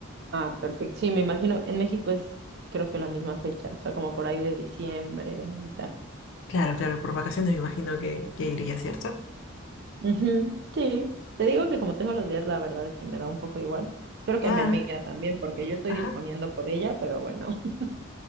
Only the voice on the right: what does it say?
Ah, perfecto. Sí, me imagino, en México es creo que la misma fecha, o sea, como por ahí de diciembre, mitad.
Ujú, Sí, te digo que como tengo los días, la verdad es que me da un poco igual. Espero que
a mi amiga también, porque yo estoy
disponiendo por ella, pero bueno. <laughs>